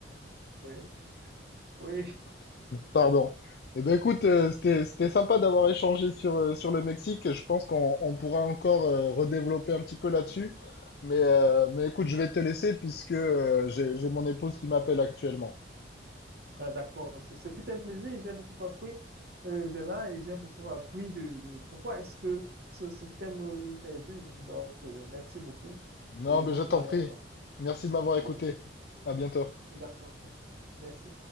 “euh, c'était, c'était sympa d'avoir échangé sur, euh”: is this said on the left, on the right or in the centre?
Left